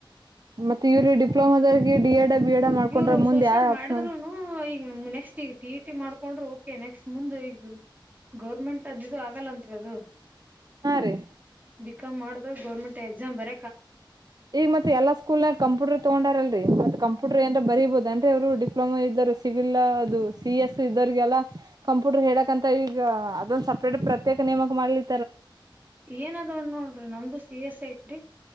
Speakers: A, on the right; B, on the right.
A: ಮತ್ತೆ ಇವ್ರ ಡಿಪ್ಲೊಮದವರಿಗೆ ಡಿ ಎಡ್ ಬಿ ಎಡ್ ಮಾಡ್ಕೊಂಡ್ರ
B: ಇವ್ರು
A: ಮುಂದ್
B: ಸೋಷಲ್
A: ಯಾವ ಆಪ್ಷನ್
B: ಮಾಡಿದ್ರುನು ಈಗ ನೆಕ್ಸ್ಟ್ ಈಗ ಟಿ ಇ ಟಿ ಮಾಡ್ ಕೊಂಡ್ರೆ ಓಕೆ ನೆಕ್ಸ್ಟ್ ಮುಂದ ಈಗ ಗೌರ್ಮೆಂಟ್ ದು ಆಗಲ್ಲ ಅಂತರದು
A: ಹಾ ರೀ
B: ಬಿಕಾಮ್ ಮಾಡ ಗೌರ್ಮೆಂಟ್ ಎಕ್ಸಾಮ್ ಬರ
A: ಈಗ ಮತ್ತೆ ಎಲ್ಲ ಸ್ಕೂಲ್ನಾಗ ಕಂಪ್ಯೂಟರ್ ತಗೊಂಡಾರಲ್ರಿ ಮತ್ ಕಂಪ ಕಂಪೂಟರ್ ಎಂತ ಬರೀಬಹುದು ಅಂದ್ರೆ ಅವರು ಡಿಪ್ಲೊಮಾ ಇದ್ದರು ಸಿವಿಲ್ ಅದು ಸಿ ಎಸ್ ಇದರಿಗೆಲ್ಲ ಕಂಪ್ಯೂಟರ್ ಹೇಳಕ್ಂತ ಈಗ ಅದೊಂದು ಸಪ್ರೇಟ್ ಪ್ರತ್ಯೇಕ ನೇಮಕ ಮಾಡ್ಲಿ
B: ಏನದವ ನೋಡ್ರಿ ನಮ್ದು ಸಿ ಎಸ್ ಐತ್ರಿ